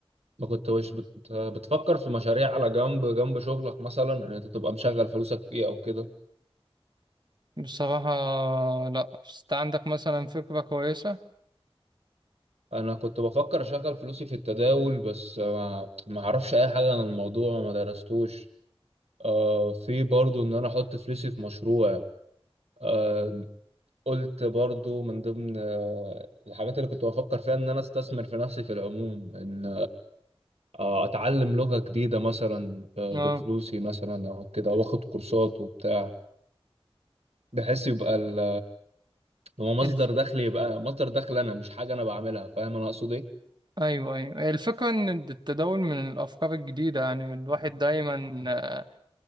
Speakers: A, on the right (about 85°); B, on the right (about 45°).
A: ما كنتوش بت... بتفكر في مشاريع على جنب جنب شغلك مثلا ان انت تبقى مشغل فلوسك فيه او كده
B: بصراحة لأ بس أنت عندك مثلا فكرة كويسة
A: انا كنت بفكر اشغل فلوسي في التداول بس ما, ما اعرفش اي حاجه عن الموضوع وما درستوش آه في برضو ان انا احط فلوسي في مشروع آه، قلت برضو من ضمن آه، الحاجات اللي كنت بفكر فيها ان انا استثمر في نفسي في العموم ان آه، اتعلم لغة جديدة مثلا آه،
B: اه
A: بفلوسي مثلا او كده واخد كورسات وبتاع بحيث يبقى ال- هو مصدر
B: الف...
A: دخل يبقى مصدر دخل انا مش حاجة انا بعملها فاهم انا اقصد ايه
B: ايوه ايوه الفكره ان التداول من الافكار الجديده يعني الواحد دايما آه،